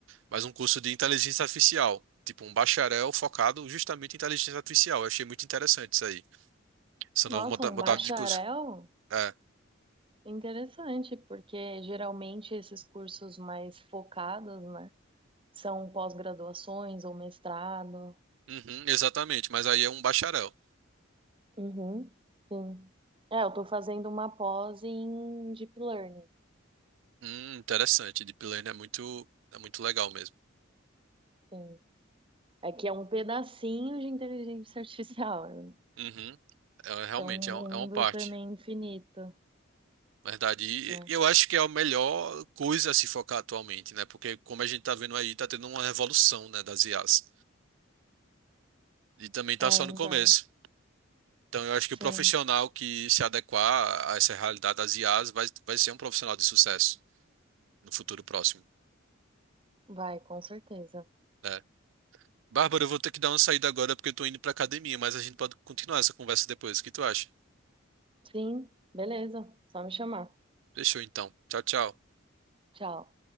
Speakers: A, on the right; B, on the right.
A: mas um curso de inteligência artificial, tipo um bacharel focado justamente em inteligência artificial. Eu achei muito interessante isso aí, essa nova
B: Nossa,
A: moda-
B: um
A: modalidade
B: bacharel?
A: de curso. É,
B: Interessante, porque geralmente esses cursos mais focados, né, são pós-graduações ou mestrado.
A: uhum, exatamente, mas aí é um bacharel.
B: Uhum, sim. É, eu tô fazendo uma pós em Deep Learning,
A: Hum, interessante, Deep Learning é muito, é muito legal mesmo.
B: sim. É que é um pedacinho de inteligência <laughs> artificial,
A: Uhum, é, realmente
B: que é um
A: é,
B: mundo
A: um- é uma parte.
B: também infinito,
A: Verdade. E
B: né?
A: e eu acho que é a melhor coisa a se focar atualmente, né? Porque como a gente tá vendo aí, tá tendo uma revolução, né, das IAs. E também tá
B: É,
A: só
B: então,
A: no começo. Então eu acho que
B: sim,
A: o profissional que se adequar a essa realidade das IAs vai, vai ser um profissional de sucesso no futuro próximo,
B: vai, com certeza.
A: né? Bárbara, eu vou ter que dar uma saída agora porque eu tô indo pra academia, mas a gente pode continuar essa conversa depois. O que tu acha?
B: Sim, beleza, só me chamar.
A: Fechou então. Tchau, tchau.
B: Tchau.